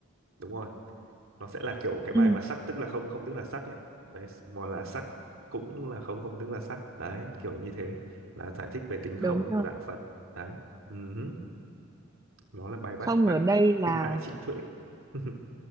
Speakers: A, on the right; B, on the right.
A: Đúng rồi, nó sẽ là kiểu cái bài
B: ừ,
A: mà sắc tức là không, không tức là sắc ấy. Đấy, mà là sắc cũng là không, không tức là sắc. Đấy, kiểu như thế là giải thích về tính không
B: đúng
A: của
B: rồi
A: đạo Phật. Đấy. ừm, Nó là bài bát
B: không
A: bát
B: ở đây là
A: kinh đại trí tuệ. <laughs>